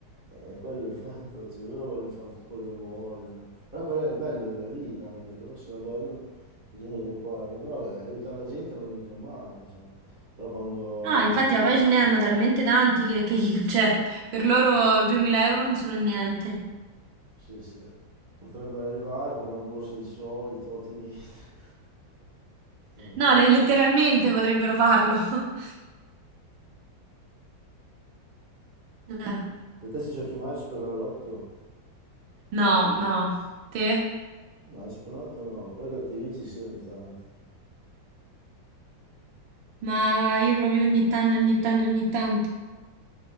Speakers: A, on the right; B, on the right.
A: E quello è il fatto, cioè, loro vogliono fare tutto quello che vogliono. Però quello è il bello della vita, anche, loro se la godono, la gente sono qua. Però eh, aiutare la gente non è mica un male, insomma. Però quando
B: Ah,
A: vedi
B: infatti,
A: che,
B: ma poi ce ne hanno talmente tanti che, che- <laughs> cioè, per loro 2000 euro non sono niente.
A: sì, sì, potrebbero arrivare con una borsa di soldi, te lo tieni. <laughs> eh.
B: No, le- letteralmente potrebbero farlo. <laughs> Eh,
A: Per te si giochi mai al Superenalotto?
B: No, no, te?
A: No, il Spronotto no, però gratta e vinci sì ogni tanto.
B: Ma io proprio ogni tanto, ogni tanto, ogni tanto.